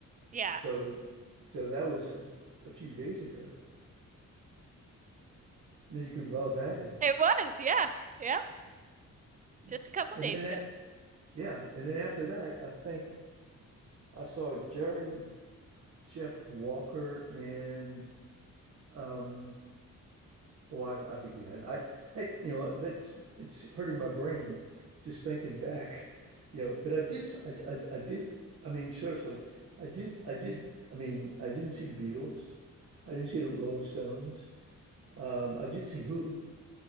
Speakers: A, on the right (about 25°); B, on the right (about 50°).
A: Yeah,
B: So, so that was a few days ago. I mean, you can well imagine.
A: it was. Yeah. Yeah.
B: Yeah.
A: Just a couple
B: And
A: days
B: then that,
A: ago.
B: yeah. And then after that, I think I saw Jerry, Jeff Walker, and um, Oh, I, I forget. I, I, you know, that's it's hurting my brain just thinking back, you know. But I did, s- I, I, I did. I mean, seriously, I did, I did. I mean, I didn't see the Beatles. I didn't see the Rolling Stones. Um, I did see Who.